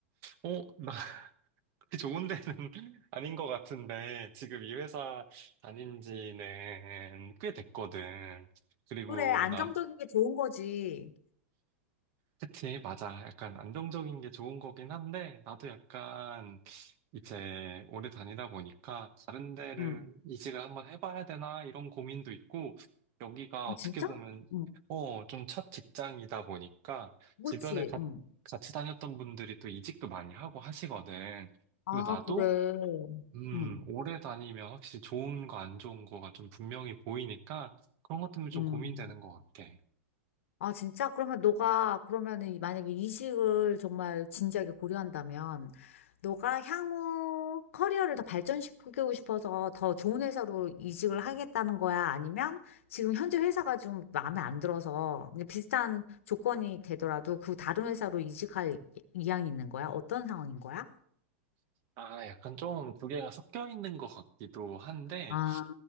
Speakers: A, on the right; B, on the left.
A: 어, 나 <laughs> 그렇게 좋은 데는 <laughs> 아닌 것 같은데, 지금 이 회사 다닌 지는 꽤 됐거든. 그리고
B: 그래, 안정적인
A: 나
B: 게 좋은 거지.
A: 그치, 맞아. 약간 안정적인 게 좋은 거긴 한데, 나도 약간 이제 오래 다니다 보니까 다른 데를
B: 응.
A: 이직을 한번 해봐야 되나 이런 고민도 있고, 여기가
B: 아,
A: 어떻게
B: 진짜?
A: 보면,
B: 응.
A: 어, 좀 첫 직장이다 보니까, 주변에
B: 그치.
A: 가-
B: 응.
A: 같이 다녔던 분들이 또 이직도 많이 하고 하시거든.
B: 아,
A: 그리고 나도,
B: 그래.
A: 음,
B: 응.
A: 오래 다니면 확실히 좋은 거 안 좋은 거가 좀 분명히 보이니까, 그런 것 때문에 좀
B: 응.
A: 고민되는 것 같아.
B: 아, 진짜? 그러면 너가, 그러면은 이- 만약에 이직을 정말 진지하게 고려한다면, 너가 향후 커리어를 더 발전시키고 싶어서 더 좋은 회사로 이직을 하겠다는 거야? 아니면 지금 현재 회사가 좀 마음에 안 들어서 그냥 비슷한 조건이 되더라도 그 다른 회사로 이직할 이- 이향이 있는 거야? 어떤 상황인 거야?
A: 아, 약간 좀 두 개가 섞여 있는 것 같기도 한데,
B: 아,